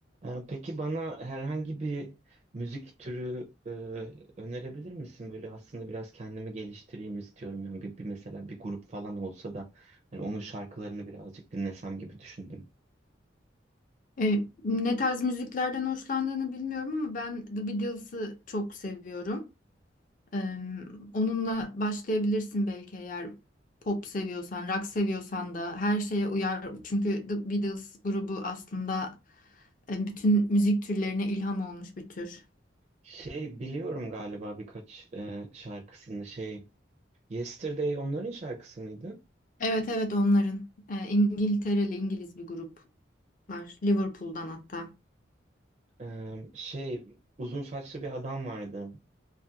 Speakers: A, on the right; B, on the left.
A: Ee, Peki bana herhangi bir müzik türü e, önerebilir misin? Böyle aslında biraz kendimi geliştireyim istiyorum. Yani bir, bir mesela bir grup falan olsa da hani onun şarkılarını birazcık dinlesem gibi düşündüm.
B: E, ne tarz müziklerden hoşlandığını bilmiyorum ama ben The Beatles'ı çok seviyorum. E, onunla başlayabilirsin belki eğer pop seviyorsan, rock seviyorsan da her şeye uyar. Çünkü The Beatles grubu aslında e, bütün müzik türlerine ilham olmuş bir tür.
A: Şey biliyorum galiba birkaç e, şarkısını şey Yesterday onların şarkısı mıydı?
B: Evet evet onların. E, İngiltereli, İngiliz bir gruplar. Liverpool'dan hatta.
A: Ee, şey uzun saçlı bir adam vardı.